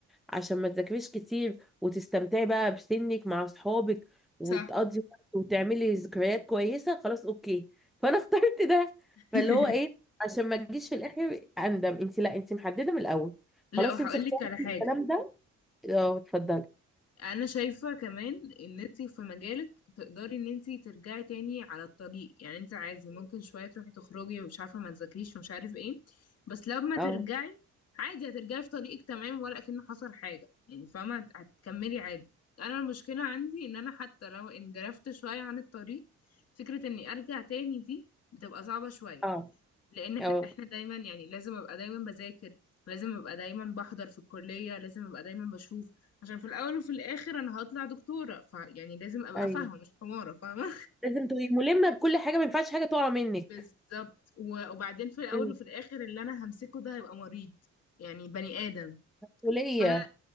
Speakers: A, in the centre; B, on the left.
A: عشان ما تذاكريش كتير وتستمتعي بقى بسنك مع اصحابك وتقضي
B: صح
A: وقت وتعملي ذكريات كويسه خلاص اوكي فانا <laughs> اخترت ده
B: <laughs>
A: فاللي هو ايه عشان ما تجيش في الاخر اندم انت لا انت محدده من الاول
B: لا
A: خلاص
B: وهقول
A: انت اخترتي
B: لك على حاجة
A: الكلام ده اه اتفضلي
B: انا شايفة كمان ان انت في مجالك تقدري ان انت ترجعي تاني على الطريق يعني انت عادي ممكن شوية تروحي تخرجي ومش عارفة ما تذاكريش ومش عارف ايه بس لما ترجعي
A: اه
B: عادي هترجعي في طريقك تمام ولا كأن حصل حاجة يعني فاهمة هت- هتكملي عادي انا المشكلة عندي ان انا حتى لو انجرفت شوية عن الطريق فكرة اني ارجع تاني دي بتبقى صعبة شوية
A: اه
B: لان احنا
A: اه
B: احنا دايما يعني لازم ابقى دايما بذاكر لازم ابقى دايما بحضر في الكلية لازم ابقى دايما بشوف عشان في الاول وفي الاخر انا هطلع دكتورة فيعني لازم ابقى
A: ايوه
B: فاهمة مش حمارة فاهمة
A: لازم تبقي ملمه بكل حاجه ما ينفعش حاجه تقع منك
B: <laughs> بالظبط و- وبعدين في الاول
A: مم.
B: وفي الاخر اللي انا همسكه ده هيبقى مريض يعني بني ادم
A: مسؤوليه
B: فانا